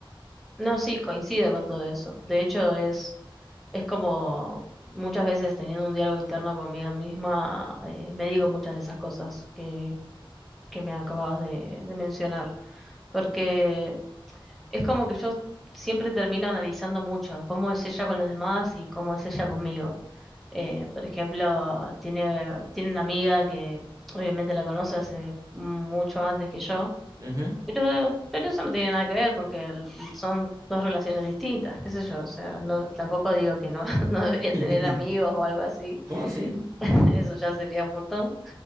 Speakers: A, in the centre; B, on the right (about 35°).
A: No, sí, coincido con todo eso. De hecho, es, es como muchas veces teniendo un diálogo interno conmigo misma, eh, me digo muchas de esas cosas que, que me acabas de, de mencionar. Porque es como que yo siempre termino analizando mucho cómo es ella con los demás y cómo es ella conmigo. Eh, por ejemplo, tiene, tiene una amiga que obviamente la conoce hace mucho antes que yo,
B: ujú.
A: pero, pero eso no tiene nada que ver porque el- son dos relaciones distintas, qué sé yo, o sea, no, tampoco digo que no, <laughs> no debería
B: <laughs>
A: tener amigos o algo así,
B: No, sí.
A: <laughs> eso ya sería un montón,